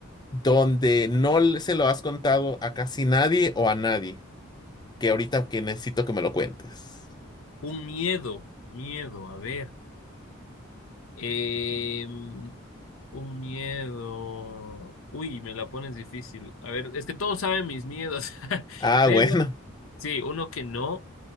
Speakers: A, on the left; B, on the left.
A: donde no le- se lo has contado a casi nadie o a nadie, que ahorita que necesito que me lo cuentes.
B: Un miedo, miedo, a ver. Eh, un miedo. Uy, me la pones difícil. A ver, es que todos saben mis miedos, <laughs>
A: Ah,
B: pero
A: <laughs> bueno.
B: sí, uno que no.